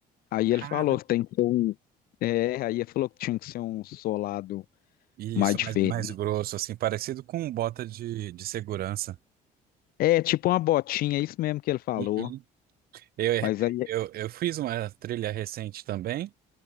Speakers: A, on the left; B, on the right.
A: Aí
B: Caramba!
A: ele falou que tem que ser um. É, aí ele falou que tinha que ser um solado
B: Isso,
A: mais diferente.
B: mais, mais grosso, assim, parecido com um bota de, de segurança.
A: É, tipo uma botinha, é isso mesmo que ele falou.
B: Uhum. Eu,
A: Mas aí.
B: eu, eu fiz uma trilha recente também,